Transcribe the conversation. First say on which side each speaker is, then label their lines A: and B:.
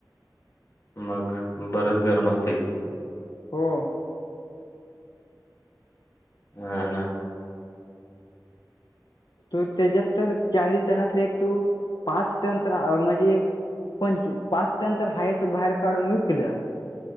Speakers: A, on the left; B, on the left.
A: मग बरंच गरम असते की
B: हो.
A: हा ना.
B: तू त्याच्यात तर चाळीस टनातले, एक तू पाच टन तर म्हणजे एक पंचू, पाच टन तर हायच, बाहेर काढून विकलं.